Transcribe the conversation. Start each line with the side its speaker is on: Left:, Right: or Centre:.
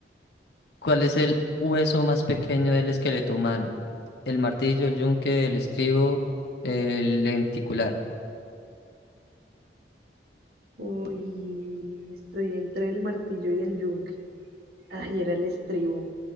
Left: ¿Cuál es el hueso más pequeño del esqueleto humano? El martillo, el yunque, el estribo, el lenticular.
Right: Uy, estoy entre el martillo y el yunque. Ay, era el estribo.